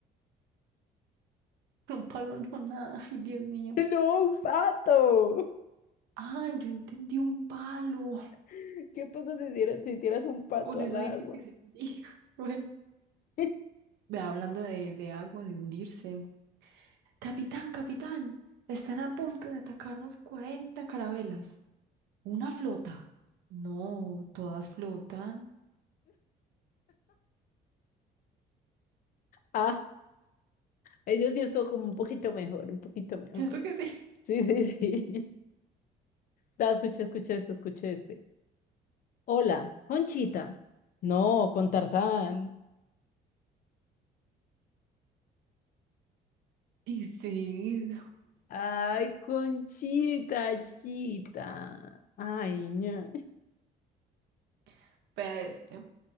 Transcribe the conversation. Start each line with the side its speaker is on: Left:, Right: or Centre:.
Right: <laughs> Un palo no nada. <laughs> Ay, Dios mío.
Left: No, un pato.
Right: Ah, yo entendí un palo.
Left: <laughs> ¿Qué pasa si tiras, si tiras un
Right: <laughs>
Left: pato
Right: Por
Left: al
Right: eso
Left: agua?
Right: dije que se hundía. <laughs> Bueno,
Left: <laughs>
Right: ve hablando de, de agua, de hundirse. Capitán, capitán, están a punto de atacarnos 40 carabelas. ¿Una flota? No, todas flotan.
Left: Ah, ella sí estuvo como un poquito mejor, un poquito mejor.
Right: ¿Cierto que sí? <laughs>
Left: Sí, sí, <laughs> sí. Da, escuché, escuché este, escuché este. Hola, Conchita. No, con Tarzán.
Right: Y sí,
Left: Ay, Conchita, chita. Ay, ña.
Right: <laughs> vea este.